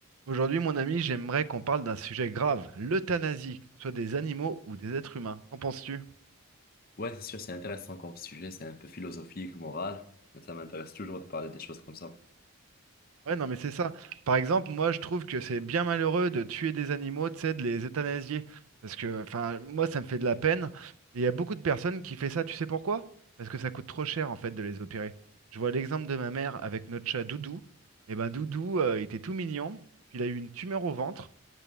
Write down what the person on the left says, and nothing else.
Ouais, c'est sûr, c'est intéressant comme sujet, c'est un peu philosophique, moral, mais ça m'intéresse toujours de parler des choses comme ça.